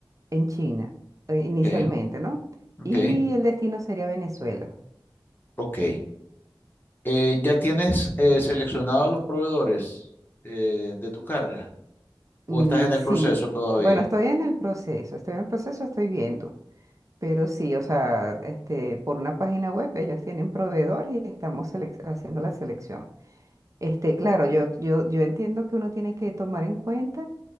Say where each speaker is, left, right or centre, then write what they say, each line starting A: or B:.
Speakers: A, on the right; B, on the left.
A: en China, eh, inicialmente,
B: Ok,
A: ¿no?
B: ok,
A: Y el destino sería Venezuela.
B: ok. Eh, ¿ya tienes eh, seleccionados los proveedores eh, de tu carga? ¿O
A: Mm,
B: estás en el
A: sí,
B: proceso todavía?
A: bueno, estoy en el proceso, estoy en el proceso, estoy viendo. Pero sí, o sea, este, por una página web ellos tienen proveedor y estamos selec- haciendo la selección. Este, claro, yo, yo, yo entiendo que uno tiene que tomar en cuenta.